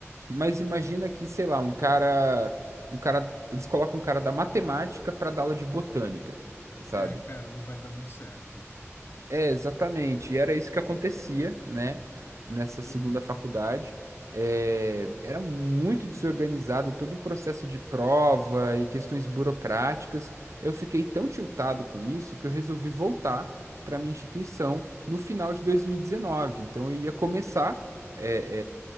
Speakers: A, on the right (about 75°); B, on the left (about 45°).
A: mas imagina que, sei lá, um cara, um cara, eles colocam um cara da matemática para dar aula de botânica, sabe?
B: É, cara, não vai dar muito certo.
A: É, exatamente. E era isso que acontecia, né? Nessa
B: Uhum.
A: segunda faculdade. É, era muito desorganizado todo o processo de prova e questões burocráticas. Eu fiquei tão tiltado com isso que eu resolvi voltar para minha instituição no final de 2019. Então eu ia começar é,